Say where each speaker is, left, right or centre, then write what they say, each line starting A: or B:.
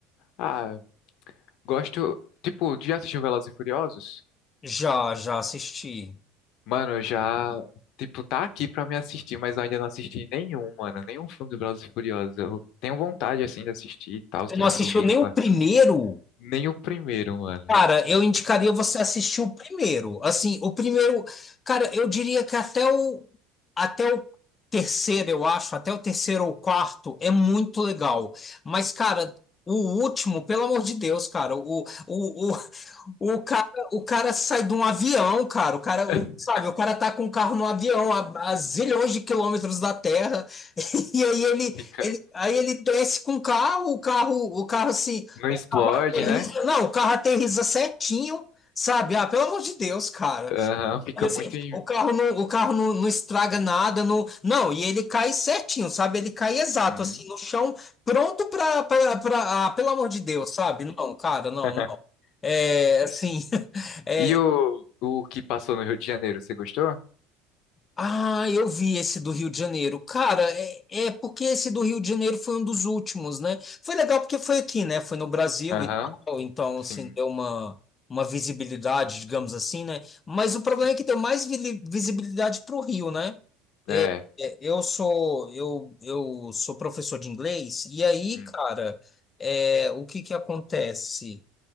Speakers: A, on the left (about 60°); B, on the left (about 30°).
A: Ah, gosto. Tipo, tu já assistiu Velozes e Furiosos?
B: Já, já assisti.
A: Mano, eu já. Tipo, tá aqui pra me assistir, mas eu ainda não assisti nenhum, mano. Nenhum filme do Velozes e Furiosos. Eu tenho vontade, assim, de assistir e tal,
B: Você
A: tirar
B: não assistiu
A: um domingo
B: nem
A: pra
B: o primeiro?
A: Nem o primeiro, mano.
B: Cara, eu indicaria você assistir o primeiro. Assim, o primeiro, cara, eu diria que até o até o terceiro, eu acho, até o terceiro ou quarto é muito legal. Mas, cara, o último, pelo amor de Deus, cara, o o, o, o cara o cara sai de um avião, cara. O cara,
A: <laughs>
B: o- sabe, o cara tá com um carro no avião a, a zilhões de quilômetros da Terra. <laughs> E aí ele,
A: Fica,
B: ele aí ele desce com o carro, o carro, o carro assim
A: não explode,
B: aterriza-
A: né?
B: não, o carro aterriza certinho, sabe? Ah, pelo amor de Deus, cara.
A: Aham, fica
B: Sabe assim,
A: muito em...
B: o carro não, o carro não, não estraga nada, não, não, e ele cai certinho, sabe? Ele cai exato,
A: Uhum.
B: assim, no chão, pronto pra, pra, pra- ah, pelo amor de Deus, sabe? Não, cara, não,
A: <laughs>
B: não. É, assim, <laughs> é,
A: E o, o que passou no Rio de Janeiro, você gostou?
B: Ah, eu vi esse do Rio de Janeiro. Cara, é, é porque esse do Rio de Janeiro foi um dos últimos, né? Foi legal porque foi aqui, né? Foi no Brasil
A: Aham,
B: e tal, então,
A: sim,
B: assim, deu uma, uma visibilidade, digamos assim, né? Mas o problema
A: sim.
B: é que deu mais vili- visibilidade para o Rio, né?
A: É,
B: É, Eu sou, eu, eu sou professor de inglês, e aí,
A: hum,
B: cara, é, o que que acontece?